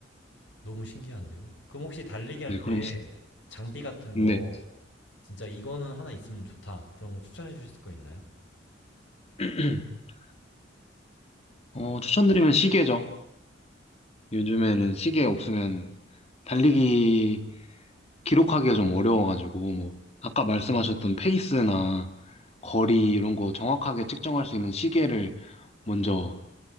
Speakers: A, on the left; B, on the left.
A: 너무 신기한데요. 그럼 혹시 달리기 할
B: 네, 그럼
A: 때
B: 스-
A: 장비 같은
B: 네.
A: 거 진짜 이거는 하나 있으면 좋다. 그런 거 추천해 주실 거 있나요?
B: <clears throat> 어, 추천드리면 시계죠. 요즘에는 시계 없으면 달리기 기록하기가 좀 어려워가지고, 뭐, 아까 말씀하셨던 페이스나 거리 이런 거 정확하게 측정할 수 있는 시계를 먼저